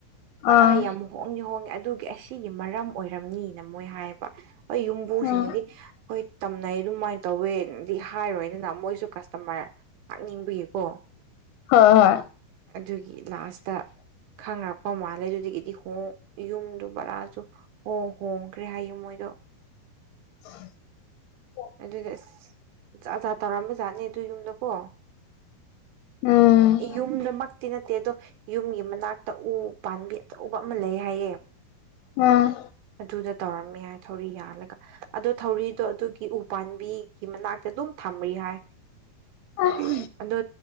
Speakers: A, on the right (about 75°); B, on the left (about 80°).
A: ꯕꯔꯥ
B: ꯑꯥ
A: ꯌꯥꯝ ꯍꯣꯡꯗꯤ ꯍꯣꯡꯉꯦ ꯑꯗꯨꯒꯤ ꯑꯁꯤꯒꯤ ꯃꯔꯝ ꯑꯣꯏꯔꯝꯅꯤꯅ ꯃꯣꯏ ꯍꯥꯏꯌꯦꯕ ꯍꯣꯏ ꯌꯨꯝꯕꯨꯁꯤꯡꯅꯗꯤ
B: ꯎꯝ
A: ꯍꯣꯏ ꯇꯝꯅꯩ ꯑꯗꯨꯃꯥꯏꯅ ꯇꯧꯋꯦꯗꯤ ꯍꯥꯏꯔꯣꯏꯗꯅ ꯃꯣꯏꯁꯨ ꯀꯁ <unintelligible> ꯈꯪꯅꯤꯡꯕꯒꯤꯀꯣ
B: ꯍꯣꯏ ꯍꯣꯏ
A: ꯑꯗꯨꯒꯤ ꯂꯥꯁꯇ ꯈꯪꯅꯔꯛꯄ ꯃꯥꯜꯂꯦ ꯑꯗꯨꯗꯒꯤꯗꯤ ꯍꯣꯡ ꯌꯨꯝꯗꯣ ꯕꯔꯥꯖꯨ ꯍꯣ ꯍꯣꯡꯈ꯭ꯔꯦ ꯍꯥꯏꯌꯦ ꯃꯣꯏꯗꯣ
B: <inaudible>
A: ꯑꯗꯨꯗ ꯑꯁ ꯖꯥꯠ ꯖꯥꯠ ꯇꯧꯔꯝꯕ ꯖꯥꯠꯅꯦ ꯑꯗꯨꯢ ꯌꯨꯝꯗꯣ ꯀꯣ
B: ꯎꯝ
A: ꯌꯨꯝꯗꯃꯛꯇꯤ ꯅꯠ ꯇꯦꯗꯣ ꯌꯨꯝꯒꯤ ꯃꯅꯥꯛꯇ ꯎ ꯄꯥꯟꯕꯤ ꯑꯆꯧꯕ ꯑꯃ ꯂꯩ ꯍꯥꯏꯌꯦ
B: ꯑꯝ
A: ꯑꯗꯨꯗ ꯇꯧꯔꯝꯃꯦ ꯍꯥꯏ ꯊꯧꯔꯤ ꯌꯥꯜꯂꯒ ꯑꯗꯨ ꯊꯧꯔꯤꯗꯣ ꯑꯗꯨꯒꯤ ꯎ ꯄꯥꯟꯕꯤꯒꯤ ꯃꯅꯥꯛꯇ ꯑꯗꯨꯝ ꯊꯝꯔꯤ ꯍꯥꯏ
B: ꯑꯁ
A: ꯑꯝ ꯑꯗꯨ